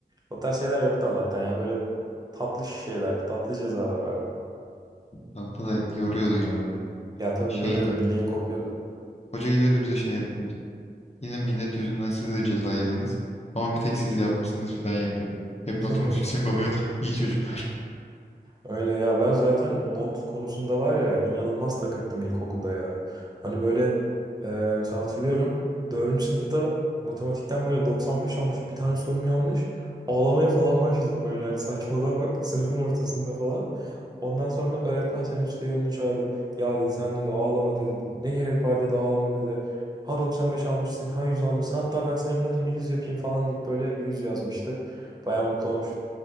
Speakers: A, on the right (about 20°); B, on the left (about 35°).
A: O tarz şeyler yoktu Allah'tan ya böyle tatlı şeyler, tatlı cezalar vardı.
B: hatta da yoruyordu ya.
A: Ya tabii
B: Şey
A: yoruyordu,
B: de.
A: bileğin kopuyordu.
B: Hoca geliyordu bize şey yapıyordu. işte, Yine millet yüzünden siz de ceza yediniz. Ama bir tek siz yapmışsınız filan yapıyordu. Hep notumuz
A: <laughs>
B: yüksek oluyordu. <laughs> İyi çocuk.
A: Öyle ya ben zaten not konusunda var ya inanılmaz takıktım ilkokulda ya. Hani böyle e, mesela hatırlıyorum dördüncü sınıfta matematikten böyle 95 almışım bir tane sorum yanlış. Ağlamaya falan başladım böyle hani saçmalığa bak sınıfın ortasında falan. Ondan sonra öğretmen teneffüste yanına çağırdı. Ya dedi sen dedi ağlama dedi. Ne gerek var dedi ağlama dedi. Ha 95 almışsın ha 100 almışsın hatta ben senin notunu 100 yapayım falan deyip böyle 100 yazmıştı. Baya mutlu olmuştum.